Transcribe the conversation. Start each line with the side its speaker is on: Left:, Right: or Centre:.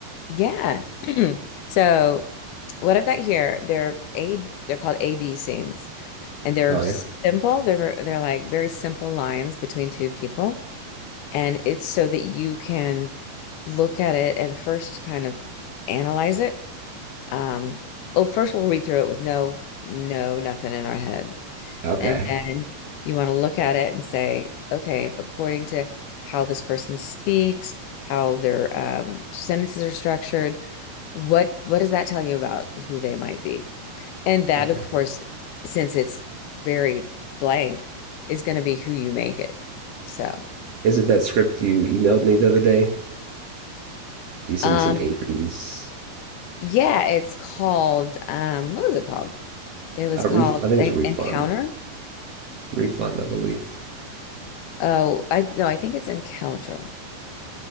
Left: Yeah. <clears throat> So, what I've got here, they're A, they're called AB scenes, and they're
Right: Oh
Left: simple.
Right: yeah.
Left: They're they're like very simple lines between two people, and it's so that you can look at it and first kind of analyze it. Um, well, first we'll read through it with no, no, nothing in our head.
Right: Okay.
Left: And then you want to look at it and say, okay, according to how this person speaks, how their um, sentences are structured, what what does that tell you about who they might be? And that,
Right: Okay.
Left: of course, since it's very blank, is going to be who you make it. So,
Right: Is it that script you emailed me the other day? You sent
Left: um,
Right: me some APs.
Left: yeah, it's called um, what was it called? It was
Right: Uh,
Left: called
Right: ref I think it's
Left: En-
Right: refund.
Left: Encounter.
Right: Refund, I believe.
Left: Oh, I no, I think it's Encounter.